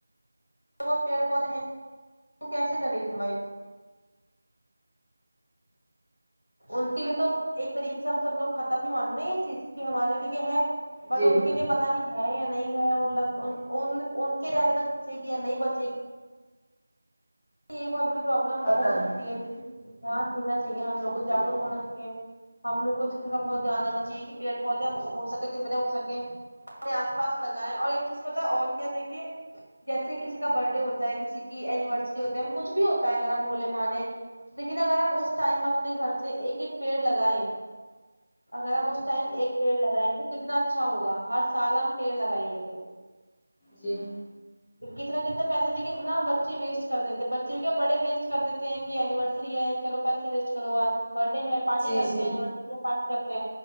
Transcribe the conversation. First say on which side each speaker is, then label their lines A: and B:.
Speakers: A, on the left; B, on the left.
A: تھوڑے بہت پیڑ پودے ہیں وہ کیسے کرے گی بھئی ان کے لیے تو ایک طریقے سے ہم سب لوگ ختم ہی ماننا یہ چیز کے کہ ہمارے لیے یہ ہے
B: جی
A: بٹ
B: جی
A: ان کے لیے پتا نہیں ہے یا نہیں ہے ان لگ ان کے رہنے تکے یا نہیں بچے یہ بہت بڑی پرابلم
B: پتہ
A: ہو سکتی
B: نہیں
A: ہے دیکھی دھیان دینا چاہیے ہم
B: جی
A: لوگ کو
B: جی
A: جاگروک ہونا چاہیے ہم لوگ کو اس چیز کا بہت دھیان رہنا چاہیے کہ پیڑ پودے ہو سکے جتنے ہو سکیں اپنے آس پاس لگائے اور ایک چیز پتا اور کیا دیکھیے جیسے کسی کا برتھڈے ہوتا ہے کسی کی اینیورسری ہوتا ہے ہم کچھ بھی ہوتا ہے اگر ہم بولے مانے لیکن اگر ہم اس ٹائم اپنے گھر سے ایک ایک پیڑ لگائے اگر ہم اس ٹائم ایک پیڑ لگائیں تو کتنا اچھا ہوگا ہر سال ہم پیڑ لگائیں گے پھر
B: جی
A: کتنا کتنے پیسے دیں گےنا بچے ویسٹ کر دیتے ہیں بچے بھی کیا بڑے ویسٹ کر دیتے ہیں کہ اینیورسری ہے چو پیسے ویسٹ کرو آج برتڈے ہے پارٹی
B: جی
A: کرتے
B: جی
A: ہیں اینیورسری ہے پارٹی کرتے ہیں